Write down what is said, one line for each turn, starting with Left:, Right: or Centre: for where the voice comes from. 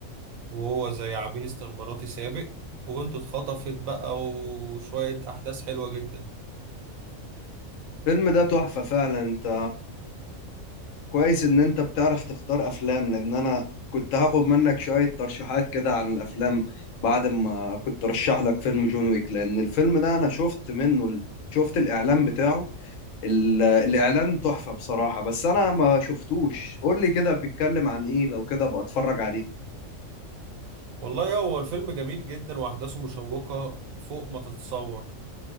Right: وهو زي عميل استخباراتي سابق وبنته اتخطفت بقى وشوية احداث حلوة جدا
Left: الفيلم ده تحفة فعلا انت كويس ان انت بتعرف تختار افلام لان انا كنت هاخد منك شوية ترشيحات كده عن الافلام بعد ما كنت رشح لك فيلم جون ويك لان الفيلم ده انا شفت منه ال- شفت الاعلان بتاعه ال- الاعلان تحفة بصراحة بس انا ما شفتوش قول لي كده بيتكلم عن ايه لو كده ابقى اتفرج عليه
Right: والله هو الفيلم جميل جدا واحداثه مشوقة فوق ما تتصور